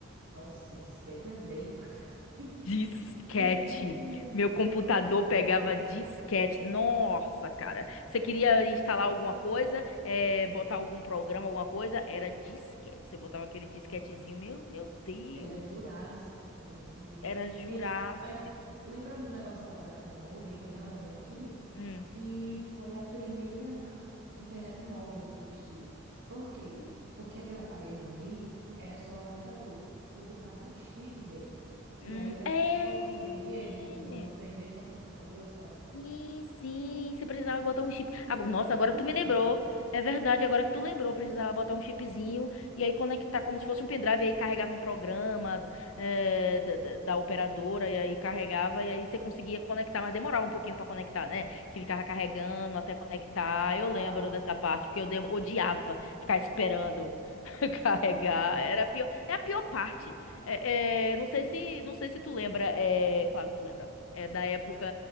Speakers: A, on the right (about 70°); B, on the left (about 80°).
A: Nossa, disquete é velho pra <laughs> cacete.
B: Disquete.
A: Meu Deus do
B: Meu
A: céu,
B: computador
A: tinha-
B: pegava disquete. Nossa, cara. Você queria instalar alguma coisa, eh, botar algum programa, alguma coisa? Era disquete. Você botava aquele disquetezinho. Meu, meu Deus.
A: era Jurássico, meu Deus
B: Era
A: do céu.
B: Jurássico.
A: Ei, mas lembrando do negócio lá da- do modem, eu tava lembrando aqui
B: Hum.
A: que foi a primeira internet móvel que existiu. Por quê?
B: Hum,
A: Porque aquele aparelhinho ali era só o adaptador. Tu botava um chip dentro. E
B: hum.
A: aí era como se fosse um 3G, usando
B: é.
A: um 3G só que no computador, sabe?
B: Sim, sim, você precisava botar um chip. Agora, nossa,
A: Era
B: agora
A: bufo,
B: tu me lembrou.
A: viu?
B: É verdade, agora que tu lembrou, precisava botar
A: Uhum.
B: um chipzinho e aí conectar como se fosse um pendrive, e aí carregava um programa eh, da, da- da operadora, e aí carregava, e aí você conseguia conectar, mas demorava um pouquinho pra conectar, né? Que ficava carregando até conectar. Eu
A: Ah,
B: lembro dessa parte, porque eu de- odiava ficar esperando <laughs> carregar. Era a pior, é a pior parte. É, é, não sei se, não sei se tu lembra, é, claro que tu lembra. É da época